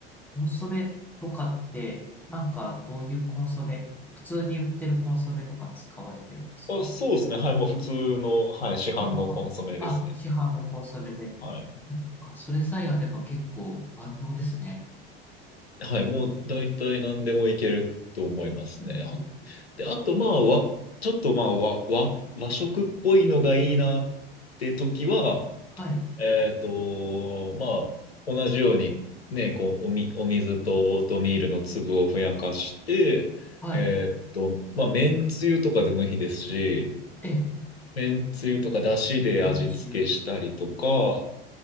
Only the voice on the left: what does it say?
あ、そうですね、はい、もう普通の、はい、市販のコンソメですね。
はい。
はい、もう大体何でもいけると思いますね。
あで、あと、まあ、わ、ちょっと、まあ、わ、和、和食っぽいのがいいなって時は、
えっと、まあ、同じように、ね、こう、おみ、お水とオートミールの粒をふやかして、
えっと、まあ、麺つゆとかでもいいですし、
麺つゆとか出汁で味付けしたりとか、